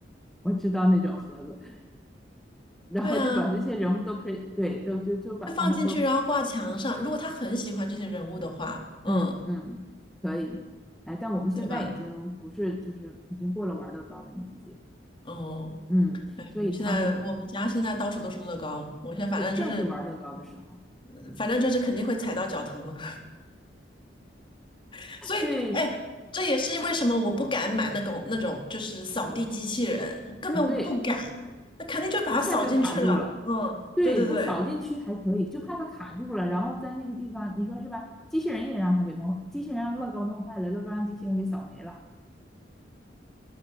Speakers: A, in the centre; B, on the left (about 25°).
A: 我知道那种盒子，<laughs> 然后就把那些人物都配对都就就把他们都
B: 对啊，会放进去，然后挂墙上。如果他很喜欢这些人物的话，嗯，
A: 嗯嗯，可以。哎，但我们现在已经不是，
B: 对吧？
A: 就是已经过了玩乐高的年纪了。
B: 哦，
A: 嗯，
B: 哎我们现在我们家现在到处都是乐高，
A: 所以他那
B: 我现在反正就是，
A: 对正是玩乐高的时候，
B: 呃反正就是肯定会踩到脚疼了。<laughs> 所以，
A: 对
B: 哎，这也是为什么我不敢买那种那种就是扫地机器人，我根本不敢，
A: 啊，对，
B: 那肯定就把它扫进去了。
A: 一下就卡住了。
B: 嗯，
A: 对，
B: 对对对，
A: 他扫进去还可以，就怕他卡住了，然后在那个地方，你说是吧？机器人也让他给弄，机器人让乐高弄坏了，乐高让机器人给扫没了。